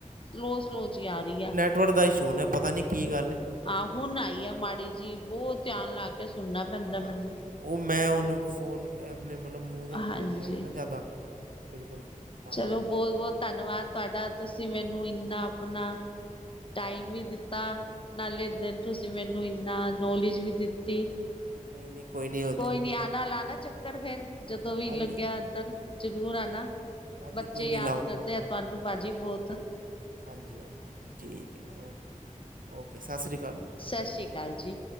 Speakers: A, on the left; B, on the right.
A: ਸਲੋ-ਸਲੋ ਜੀ ਆ ਰਹੀ ਹੈ
B: <unintelligible> ੋੜ ਦਾ ਇ ਸ਼ੂਨ ਹੈ, ਪਤਾ ਨੀ ਕੀ ਗੱਲ ਏ
A: ਆ ਹੁਣ ਆਈ ਐ ਮਾੜੀ ਜੀ, ਬਹੁਤ
B: ਹਾਂਜੀ
A: ਧਿਆਨ ਲਾ ਕੇ ਸੁਣਨਾ ਪੈਂਦਾ ਮੈਨੂੰ
B: ਹਾਂ ਉਹ ਮੈਂ ਹੁਨ ਫੋਨ, ਆਪਣੇ ਮਤਲਬ ਮੂੰਹ ਦੇ
A: ਹਾਂਜੀ
B: ਕੋਲ ਲਿਆਇਆ ਨਾ ਜ਼ਿਆਦਾ, ਬਿਲਕੁਲ ਤਾਂ
A: ਚਲੋ ਬੋਤ-ਬੋਤ ਧੰਨਵਾਦ ਤੁਹਾਡਾ ਤੁਸੀਂ ਮੈਨੂੰ ਇੰਨਾ ਅਪਣਾ, ਟਾਈਮ ਵੀ ਦਿੱਤਾ ਨਾਲੇ ਬੇਰ
B: ਹਾਂਜੀ
A: ਤੁਸੀਂ ਮੈਨੂੰ ਇੰਨਾ ਨੌਲੇਜ ਵੀ ਦਿੱਤੀ
B: ਨਹੀ-ਨਹੀ ਕੋਈ ਨੀ ਅ
A: ਕੋਈ ਨੀ ਆਣਾ-ਲਾਣਾ ਚੱਕਰ ਫੇਰ ਜਦੋ ਵੀ
B: ਹਾਂਜੀ
A: ਲੱਗੇਆ ਏਧਰ, ਜਰੂਰ ਆਣਾ।
B: ਹਾਂਜੀ
A: ਬੱਚੇ
B: ਕੋਈ ਨਹੀਂ
A: ਯਾਦ ਕਰਦੇ ਆ ਤੁਆਨੂੰ ਭਾਜੀ ਬੋਤ
B: ਹਾਂਜੀ-ਹਾਂਜੀ, ਠੀਕ ਏ ਓਕੇ, ਓਕੇ ਸਤ ਸ਼ੀ ਅਕਾਲ
A: ਸ ਸ਼੍ਰੀ ਕਾਲ ਜੀ।